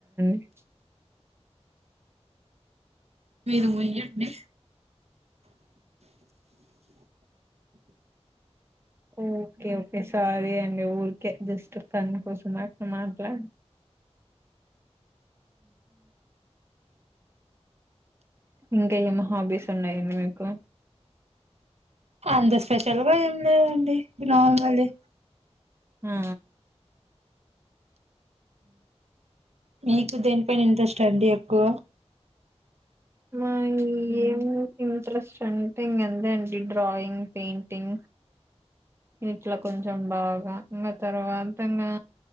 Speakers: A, on the right; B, on the right.
A: <inaudible>
B: మీరు ముయండి
A: ఓకే ఓకే సారీ అండి ఊరికే జస్ట్ ఫన్ కోసం అట్ మాట్లాడ ఇంకా ఏమి హాబీస్ ఉన్నాయండి మీకు
B: అంత స్పెషల్ గా ఏం లేదండి నార్మలే
A: ఆ
B: మీకు దేనిపైన ఇంట్రెస్ట్ అండి ఎక్కువ
A: మా ఏం ఇంట్రెస్ట్ అంటే ఇకా ఎంతే అండి డ్రాయింగ్ పెయింటింగ్ ఇట్లా కొంచెం బాగా ఇంకా తర్వాత ఇంకా